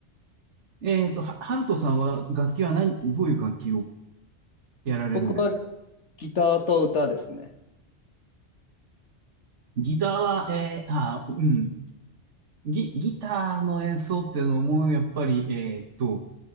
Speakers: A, on the right; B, on the left.
A: えっと、は、ハルトさんは楽器は何、どういう楽器をやられるんですか
B: 僕はギターと歌ですね。
A: ギターは、えー、あ、うん。ギ、ギターの演奏っていうのも、やっぱり、えーっと、